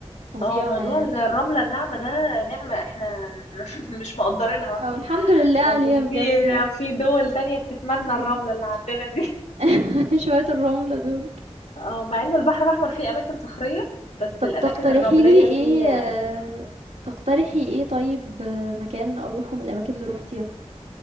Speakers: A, on the right (about 80°); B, on the left (about 85°).
A: فظيعة
B: اه موضوع
A: يعني.
B: ال- الرملة الناعمة ده نعمة احنا <laughs> مش مقدرينها
A: آه، الحمد لله عليها
B: عشان
A: بجد
B: في
A: يعني.
B: في دول تانية بتتمنى
A: إمم.
B: الرملة اللي عندنا دي
A: <laughs> شوية الرملة دول.
B: اه مع ان البحر الأحمر فيه أماكن صخرية بس
A: طَب
B: الأماكن
A: تقترحي
B: الرملية
A: لي إيه
B: فيه
A: آه، تقترحي إيه طيب آه، مكان أروحه من الأماكن اللي رُحتيها؟